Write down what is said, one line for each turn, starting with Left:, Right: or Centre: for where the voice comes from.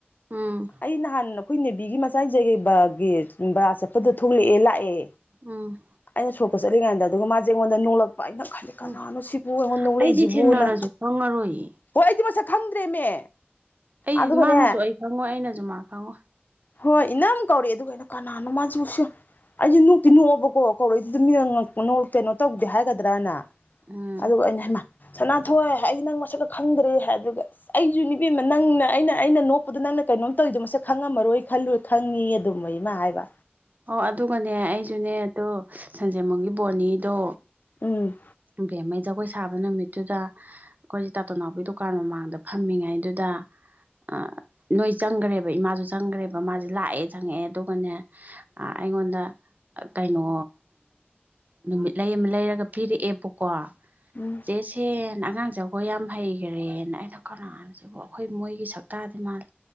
Right: ꯎꯝ
Left: ꯑꯩ ꯅꯍꯥꯟ ꯑꯩꯈꯣꯏ ꯅꯦꯕꯤꯒꯤ ꯃꯆꯥꯖꯒꯩ ꯒꯤ ꯕꯔꯥ ꯆꯠꯄꯗ ꯊꯣꯛꯂꯛꯑꯦ ꯂꯥꯛꯑꯦ
Right: ꯎꯝ
Left: ꯑꯩꯅ ꯁꯣꯛꯀ ꯆꯠꯂꯤ ꯀꯥꯟꯗ ꯑꯗꯨꯒ ꯃꯥꯁꯦ ꯑꯩꯉꯣꯟꯗ ꯅꯣꯡꯂꯛꯄ ꯑꯩꯅ ꯈꯜꯂꯤꯦ ꯀꯅꯥꯅꯣ
Right: ꯎꯝ
Left: ꯁꯤꯕꯨ ꯑꯩꯉꯣꯟꯗ ꯅꯣꯡꯂꯛꯏꯁꯤꯕꯨꯅ
Right: ꯑꯩꯗꯤ ꯊꯦꯡꯅꯔꯁꯨ ꯈꯪꯉꯔꯣꯏꯌꯦ
Left: ꯍꯣꯏ ꯑꯩꯗꯤ ꯃꯁꯛ ꯈꯪꯗ꯭ꯔꯦꯃꯦ
Right: ꯑꯩ
Left: ꯑꯗꯨꯒꯅꯦ
Right: ꯃꯥꯅꯁꯨ ꯑꯩ ꯈꯪꯉꯣꯏ ꯑꯩꯅꯁꯨ ꯃꯥꯅ ꯈꯪꯉꯣꯏ
Left: ꯍꯣꯏ ꯏꯅꯝ ꯀꯧꯔꯛꯑꯦ ꯑꯗꯨꯒ ꯀꯩꯅꯣ ꯀꯅꯥꯅꯣ ꯃꯥꯁꯨꯁ ꯑꯩꯁꯨ ꯅꯣꯛꯇꯤ ꯅꯣꯛꯑꯕ ꯀꯣ ꯀꯧꯔꯛꯏꯗꯨ ꯑꯗꯨꯝ ꯀꯩꯅꯣ ꯇꯧꯗꯦ ꯍꯥꯏꯒꯗ꯭ꯔꯅ
Right: ꯎꯝ
Left: ꯑꯗꯨꯒ ꯑꯩꯅ ꯁꯅꯥꯊꯣꯏ ꯑꯩ ꯅꯪ ꯃꯁꯛꯀ ꯈꯪꯗ꯭ꯔꯦ ꯍꯥꯏ ꯑꯗꯨꯒ ꯑꯩꯁꯨꯅꯤ ꯏꯕꯦꯃꯥ ꯅꯪꯅ ꯑꯩꯅ ꯑꯩꯅ ꯅꯣꯛꯄꯗ ꯅꯪ ꯀꯩꯅꯣꯝ ꯇꯧꯔꯤꯗꯣ ꯃꯁꯛ ꯈꯪꯉꯝꯃꯔꯣꯏ ꯈꯜꯂꯣꯏ ꯈꯪꯉꯤ ꯑꯗꯨꯃꯩꯃ ꯍꯥꯏꯕ
Right: ꯑꯣ ꯑꯗꯨꯒꯅꯦ ꯑꯩꯁꯨꯅꯦ ꯑꯗꯣ ꯁꯟꯖꯦꯃꯨꯡꯒꯤ ꯕꯣꯅꯤꯗꯣ
Left: ꯎꯝ
Right: ꯕꯦꯝꯃꯩ ꯖꯒꯣꯏ ꯁꯥꯕ ꯅꯨꯃꯤꯠꯇꯨꯗ ꯑꯩꯈꯣꯏꯁꯦ ꯇꯥꯇꯣ ꯅꯥꯎꯄꯤ ꯗꯨꯀꯥꯟ ꯃꯃꯥꯡꯗ ꯐꯝꯃꯤꯉꯩꯗꯨꯗ ꯑ ꯅꯣꯏ ꯆꯪꯈ꯭ꯔꯦꯕ ꯏꯃꯥꯁꯨ ꯆꯪꯈ꯭ꯔꯦꯕ ꯃꯥꯁꯦ ꯂꯥꯛꯑꯦ ꯆꯪꯉꯛꯑꯦ ꯑꯗꯨꯒꯅꯦ ꯑꯩꯉꯣꯟꯗ ꯀꯩꯅꯣ ꯅꯨꯃꯤꯠ ꯂꯩ ꯑꯃ ꯂꯩꯔꯒ ꯄꯤꯔꯛꯑꯦ ꯄꯨꯀꯣ
Left: ꯎꯝ
Right: ꯆꯦ ꯁꯦꯟ ꯑꯉꯥꯡꯖꯧ ꯍꯣꯏ ꯌꯥꯝ ꯍꯩꯈ꯭ꯔꯦꯅ ꯑꯩꯅ ꯀꯅꯥꯁꯤꯕ ꯑꯩꯈꯣꯏ ꯃꯣꯏꯒꯤ ꯁꯛꯇꯇꯥꯗꯤ ꯃꯥꯜꯂꯦ